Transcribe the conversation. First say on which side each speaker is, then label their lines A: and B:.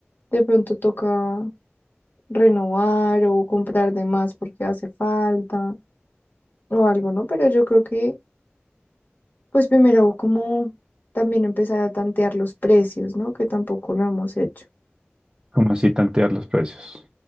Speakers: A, on the left; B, on the right.
A: de pronto toca renovar o comprar de más porque hace falta o algo, ¿no? Pero yo creo que, pues primero como también empezar a tantear los precios, ¿no? Que tampoco lo hemos hecho.
B: Como así tantear los precios?